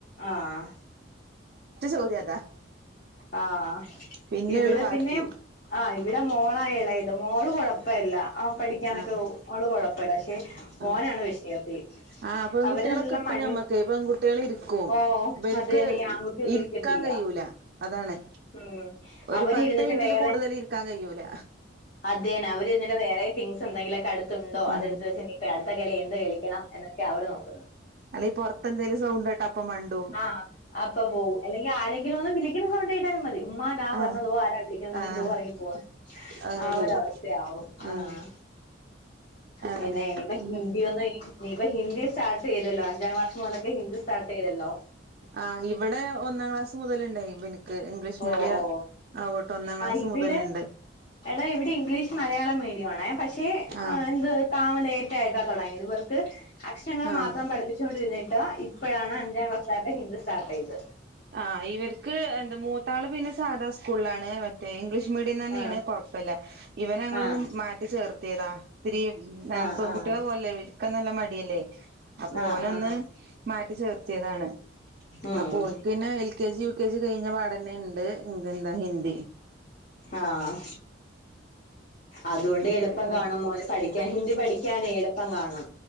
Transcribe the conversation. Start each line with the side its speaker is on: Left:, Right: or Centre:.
Left: ആഹ്
Right: ചോദ്യം അതാ
Left: ആഹ്
Right: പിന്നെയൊള്ളു
Left: ഇവിടെ
Right: ബാക്കി
Left: പിന്നെ ആഹ് ഇവിടെ പിന്നെ മോളാ ഇളയത് മോള് കൊഴപ്പല്ല ആഹ് പഠിക്കാനൊക്കെ
Right: ആഹ്
Left: അവള് കുഴപ്പില്ല പക്ഷെ മോനാണ്
Right: ആ
Left: വിഷയത്തി
Right: ആഹ് പെൺകുട്ടികളെ
Left: അവരെല്ലാം
Right: കിട്ടും
Left: മടിയും
Right: ഞമ്മക്ക് പെൺകുട്ടികള് ഇരിക്കും
Left: ഓഹ്
Right: ഇവര്ക്ക്
Left: അതെന്നേ ഈ ആൺകുട്ടിയള
Right: ഇരിക്കാൻ
Left: ഇരിക്കത്തില്ല
Right: കഴിയൂല അതാണ്
Left: ഉം
Right: ഒരു
Left: അവരിരുന്നിട്ട്
Right: പത്ത് മിനിറ്റില്
Left: വേറെ
Right: കൂടുതൽ ഇരിക്കാൻ കഴിയൂല
Left: അതെ അവര് എന്നിട്ട് വേറെ തിങ്സ് എന്തങ്കിലൊക്കെ അടുത്ത് ഉണ്ടോ
Right: ഉം
Left: അതെടുത്ത് വെച്ച് നീയിപ്പ അടുത്ത കളി എന്ത് കളിക്കണം എന്നൊക്കെ അവര് നോക്കുന്നത്
Right: അല്ലെങ്ക പുറത്തെ എന്തേലും സൗണ്ടേട്ട അപ്പ മണ്ടും
Left: ആഹ് അപ്പൊ പോവും അല്ലെങ്കിൽ ആരെങ്കിലൊന്ന് വിളിക്കുന്ന സൗണ്ട് കേട്ടാലും മതി ഉമ്മാ താ
Right: ആഹ്
Left: വരുന്നു ആരാ വിളിക്കുന്നത് പറഞ്ഞ്
Right: ആഹ്
Left: തോ ഇറങ്ങിപ്പോവാ
Right: അങ്ങനെ
Left: ആഹ്
Right: പോകും
Left: ഒരവസ്ഥയാവും
Right: ഉം
Left: ആഹ്
Right: അതന്നെ
Left: പിന്നെ ഇനിപ്പ
Right: പിന്നെ
Left: ഹിന്ദി ഒന്നും ഇനി നീ ഇപ്പ ഹിന്ദി സ്റ്റാർട്ട് ചെയ്തല്ലോ അഞ്ചാം ക്ലാസ് മുതലൊക്കെ ഹിന്ദി സ്റ്റാർട്ട് ചെയ്തല്ലോ
Right: ആഹ് ഇവിടെ ഒന്നാം ക്ലാസ് മുതലുണ്ടായി ഇവൻക്ക് ഇംഗ്ലീഷ് മീഡിയം
Left: ഓ ഓ
Right: ആങ്ങോട്ട് ഒന്നാം ക്ലാസ്
Left: ആ ഇവിടെ
Right: മുതലുണ്ട്
Left: എടാ ഇവിടെ ഇംഗ്ലീഷ് മലയാളം മീഡിയം ആണേ പക്ഷേ
Right: ആഹ്
Left: എന്ത് താമ ലേറ്റ ആയിട്ടാ തുടങ്ങി ഇവർക്ക് അക്ഷരങ്ങൾ
Right: ആഹ്
Left: മാത്രം പഠിപ്പിച്ചൊണ്ടിരുന്നിട്ടാ ഇപ്പോഴാണ് അഞ്ചാം ക്ലസ്കാരുടെ ഹിന്ദി സ്റ്റാർട്ട് ചെയതത്
Right: ആഹ് ഇവർക്ക് മൂത്താള് പിന്നെ സാധാ സ്കൂളിലാണ് മറ്റേ ഇംഗ്ലീഷ് മീഡിയം തന്നെയാണ്
Left: ആഹ്
Right: കുഴപ്പമില്ല ഇവന ഞങ്ങളൊന്നും
Left: ആഹ്
Right: മാറ്റി ചേർത്തിയതാ ഒത്തിരി
Left: ആഹ്
Right: പെൺ
Left: ആഹ്
Right: കുട്ടികളെ പോലല്ല ഇവരിക്ക നല്ല മടിയല്ലേ അപ്പൊ
Left: ആഹ്
Right: ഓനൊന്ന്
Left: ആഹ്
Right: മാറ്റി ചേർത്തിയതാണ്
Left: ആഹ്
Right: അപ്പൊ ഓൻക്ക് പിന്നെ L K G U K G കഴിഞ്ഞ പാടന്നെ ഇണ്ട് എന്താ ഹിന്ദി
Left: ആഹ് അതുകൊണ്ട്
Right: അങ്ങനെ
Left: എളുപ്പം
Right: പോണു
Left: കാണും മോന് പഠിക്കാൻ ഹിന്ദി പഠിക്കാൻ എളുപ്പം കാണും